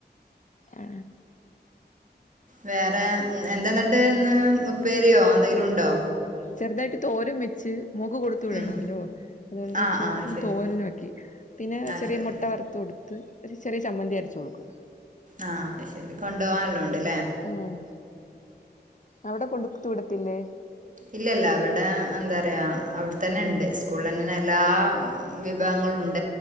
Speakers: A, on the left; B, on the right.
A: ആ
B: വേറെ എന്താന്നിട്ട് ഇന്ന് ഉപ്പേരിയോ എന്തെങ്കിലും ഉണ്ടോ?
A: ചെറുതായിട്ട് തോരം വെച്ച് മോൾക്ക് കൊടുത്തു വിടണോല്ലോ.
B: ഉം
A: അതുകൊണ്ട്
B: ആഹ്
A: ചോറും
B: ആഹ് ശരി
A: തോരനും ആക്കി. പിന്നെ
B: ആഹ്
A: ചെറിയ
B: ശരി
A: മുട്ട വറുത്ത് കൊടുത്ത്. ഒരു ചെറിയ ചമ്മന്തി അരിച്ചു കൊടുക്കും.
B: ആ ശരി കൊണ്ടോവാനുല്ലോണ്ട്. ല്ലേ
A: ഉം അവിടെ കൊട്ത്ത് വിടത്തില്ലേ.
B: ഇല്ല ഇല്ല ഇവിടെ എന്താറിയാ അവിടെ തന്നെ ഉണ്ട് സ്കൂളിൽ തന്നെ എല്ലാ വിഭവങ്ങളും ഉണ്ട്.